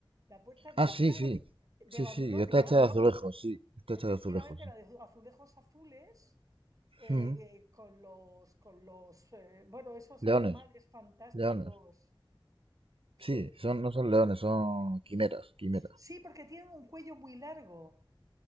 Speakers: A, on the right; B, on the right.
A: La puerta de
B: Ah,
A: Istar
B: sí, sí.
A: de
B: Sí,
A: Babilonia,
B: sí, está hecha de azulejos, sí. Está hecha
A: efectivamente,
B: de azulejos, sí.
A: la de azulejos azules, eh,
B: Ujú.
A: eh, con los, con los, eh, bueno, esos
B: Leones,
A: animales fantásticos.
B: leones.
A: Sí,
B: Sí, son, no son leones, son quimeras, quimeras.
A: sí, porque tienen un cuello muy largo.